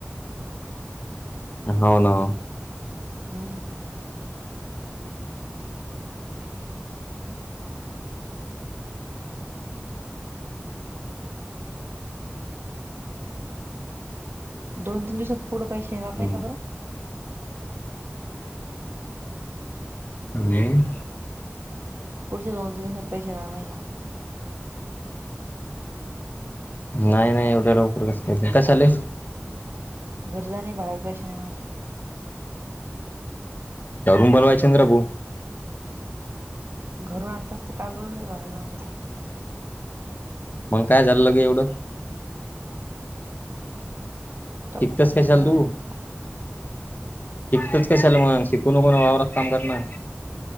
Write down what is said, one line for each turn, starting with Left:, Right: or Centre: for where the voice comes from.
Left: होन <unintelligible>
Right: हम <unintelligible> हम दोन तीन दिवसात पुढं पैसे येणार
Left: हम्म
Right: नाही का बरं ह <unintelligible>
Left: आणि <unintelligible>
Right: पुढच दो त दि स्वप पैसेणार <unintelligible>
Left: नाही नाही एवढ्या लवकर कस कंले
Right: गरजा नाही भडायला पैशा नाही माझं <unintelligible>
Left: अून बलवाय चंद्र भाू <unintelligible>
Right: घरून आताच तर काल बोलवलं भाडयला नज
Left: मग काय झालं ल गे एवढं <unintelligible>
Right: तो
Left: शिकतास
Right: पप्पा सारखे
Left: काशाल
Right: आहे
Left: तू
Right: म
Left: <unintelligible>
Right: पप्पा
Left: शिकतच कशाला मग शिकू नको वावरात काम करणार